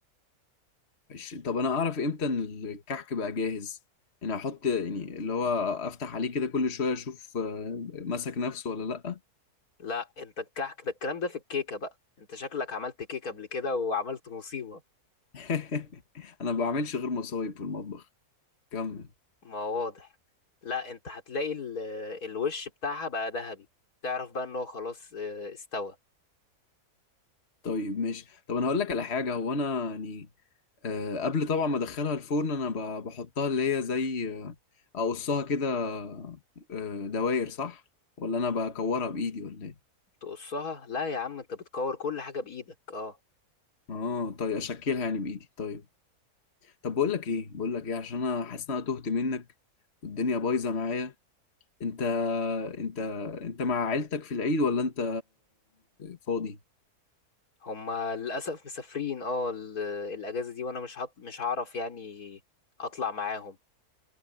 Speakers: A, on the left; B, on the left.
A: الش- طب أنا أعرف إمتى إن الكحك بقى جاهز يعني أحط يعني اللي هو أفتح عليه كده كل شوية أشوف آه، مسك نفسه ولا لأ
B: لا انت الكحك ده الكلام ده في الكيكة بقى انت شكلك عملت كيكة قبل كده وعملت مصيبة
A: <laughs> أنا ما بعملش غير مصايب في المطبخ كمل
B: ما هو واضح لا انت هتلاقي ال- الوش بتاعها بقى ذهبي تعرف بقى ان هو خلاص اه، استوى
A: طيب ماشي طب أنا هقول لك على حاجة هو أنا يعني آه، قبل طبعا ما أدخلها الفرن أنا ب- بحطها اللي هي زي آه، أقصها كده آه، دواير صح ولا أنا بكورها بإيدي ولا إيه؟
B: تقصها لا يا عم انت بتكور كل حاجة بايدك اه
A: اه طيب أشكلها يعني بإيدي طيب طب بقول لك ايه بقول لك ايه عشان انا حاسس ان انا تهت منك والدنيا بايظه معايا انت انت انت مع عيلتك في العيد ولا انت فاضي
B: هما للأسف مسافرين اه ال- الأجازة دي وانا مش هط... مش هعرف يعني اطلع معاهم